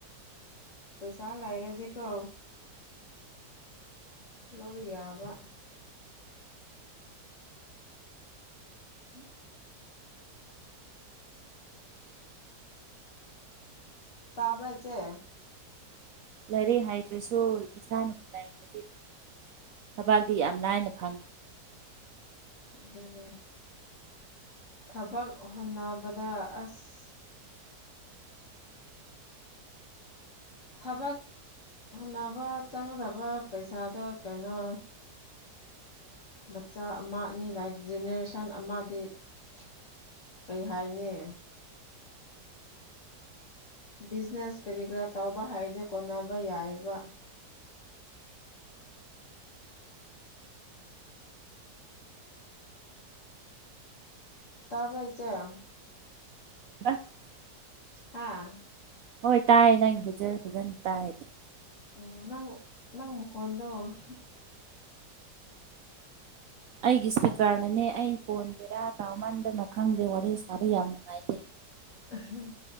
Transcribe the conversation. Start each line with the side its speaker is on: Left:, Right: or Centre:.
Left: ꯄꯩꯁꯥ ꯂꯩꯥꯔꯗꯤꯀꯣ ꯂꯣꯏ ꯌꯥꯕ <unintelligible> <unintelligible> ꯇꯥꯕ꯭ꯔꯥ ꯏꯆꯦ?
Right: ꯂꯥꯏꯔꯤꯛ ꯍꯥꯏꯇ꯭ꯔꯁꯨ ꯄꯪꯁꯥꯅꯕꯨ ꯂꯩꯈ꯭ꯔꯗꯤ ꯗꯨꯝ ꯊꯕꯥꯛꯇꯤ ꯌꯥꯝ ꯂꯥꯏꯅ ꯐꯪꯉꯦ
Left: ꯑꯗꯨꯅꯦ ꯊꯥꯕꯛ ꯍꯣꯟꯅꯕꯗ ꯑꯁ ꯊꯥꯕꯛ ꯍꯣꯠꯅꯕ ꯆꯪꯒꯗꯕ ꯄꯩꯁꯥꯗꯣ ꯀꯩꯅꯣ ꯃꯆꯥ ꯑꯃ ꯑꯅꯤ ꯂꯥꯏꯐ ꯖꯦꯅꯦꯔꯦꯁꯟ ꯑꯃꯗꯤ <unintelligible> ꯀꯩ ꯍꯥꯏꯅꯤ ꯕꯤꯖꯅꯦꯁ ꯀꯔꯤ ꯀꯔꯥ ꯇꯧꯕ ꯍꯥꯏꯗꯦ ꯀꯣꯟꯅꯕ ꯌꯥꯏꯌꯦꯕ ꯇꯥꯕ꯭ꯔꯥ ꯏꯆꯦꯝ?
Right: <unintelligible>
Left: ꯍꯥꯥ
Right: ꯍꯣꯏ ꯇꯥꯏꯌꯦ ꯅꯪꯒꯤ ꯐꯖ ꯐꯖꯅ ꯇꯥꯏ
Left: ꯎꯝ ꯅꯪ ꯅꯪ ꯃꯈꯣꯟꯗꯣ <unintelligible>
Right: ꯑꯩꯒꯤ ꯁ꯭ꯄꯤꯀꯔꯅꯅꯦ ꯑꯩ ꯐꯣꯟ ꯕꯦꯔꯥ ꯇꯥꯎꯃꯟꯗꯅ ꯈꯪꯗꯦ ꯋꯥꯔꯤ ꯁꯥꯕ ꯌꯥꯝ ꯅꯨꯡꯉꯥꯏꯇꯦ꯫
Left: ꯑꯥ <unintelligible>